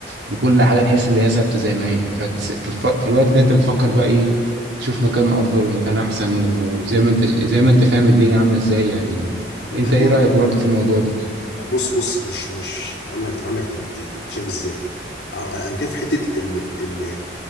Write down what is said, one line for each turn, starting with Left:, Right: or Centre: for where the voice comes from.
Right: وكل حاجة تحس ان هي ثابتة زي ما هي فانت س- في, الف... في الوقت ده انت بتفكر بقى ايه تشوف مكان افضل ومكان احسن وزي ما انت زي ما انت فاهم الدنيا عاملة ازاي يعني
Left: والله
Right: انت
Left: بص
Right: ايه رأيك برضه في الموضوع ده
Left: بص بص مش مش هقول لك هقول لك تت- تت- تتشاف ازاي أ- انا كان في حته ال- ال-